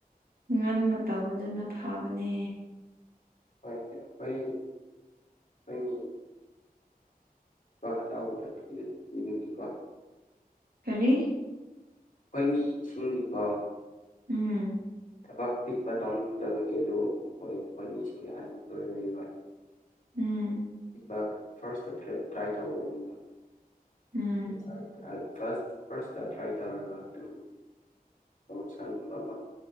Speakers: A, on the right; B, on the left.
A: ꯉꯟꯕ ꯇꯧꯕꯗꯨꯅ ꯐꯕꯅꯦ
B: ꯍꯣꯏ ꯑꯩꯈꯣꯏ ꯑꯩꯣꯏꯅꯤ ꯕꯥꯛ ꯑꯆꯥꯎꯕꯗ ꯊꯤꯕꯗ ꯊꯤꯕꯒꯤꯀꯣ
A: ꯍꯥꯏꯅꯤ
B: ꯑꯩꯈꯣꯏ ꯃꯤꯁꯤꯡꯒꯤꯗꯤꯀꯣ
A: ꯎꯝ
B: ꯊꯕꯛ ꯄꯤꯛꯄ ꯇꯧꯅꯤꯡꯗꯕꯒꯤ ꯑꯗꯨ ꯑꯩꯈꯣꯏ ꯑꯩꯈꯣꯏ ꯃꯤꯁꯤꯡꯗ ꯑꯟꯏꯝꯄ꯭ꯂꯣꯏ ꯑꯣꯏꯕ
A: ꯎꯝ
B: ꯏ ꯐꯥꯔꯁꯇ ꯇ꯭ꯔꯥꯏ ꯇꯧꯒꯗꯅꯤꯕ
A: ꯎꯝ
B: ꯐꯥꯔ ꯐꯥꯔꯁꯇ ꯇ꯭ꯔꯥꯏ ꯇꯧꯔꯒ ꯑꯗꯨꯝ ꯄ꯭ꯔꯣꯃꯣꯁꯟꯒꯨꯝꯕ ꯑꯃ